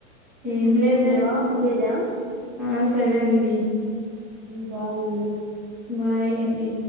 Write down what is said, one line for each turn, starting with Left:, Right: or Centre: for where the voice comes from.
Centre: ఏం
Right: ఇంకేమి
Centre: లేదండి
Right: లేవా ఉండేదా
Centre: ఆ సరే అండి
Right: బాయ్ అండి
Centre: బాయ్ అండి